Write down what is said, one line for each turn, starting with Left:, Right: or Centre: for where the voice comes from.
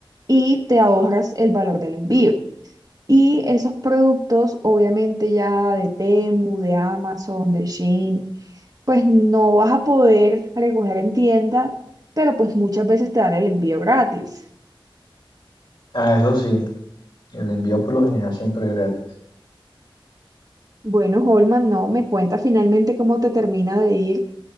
Right: y te ahorras el valor del envío. Y esos productos, obviamente ya de Temu, de Amazon, de Shein, pues no vas a poder recoger en tienda, pero pues muchas veces te dan el envío gratis.
Left: Ah, eso sí, el envío por lo general siempre es gratis.
Right: Bueno, Holman, no, me cuenta finalmente cómo te termina de ir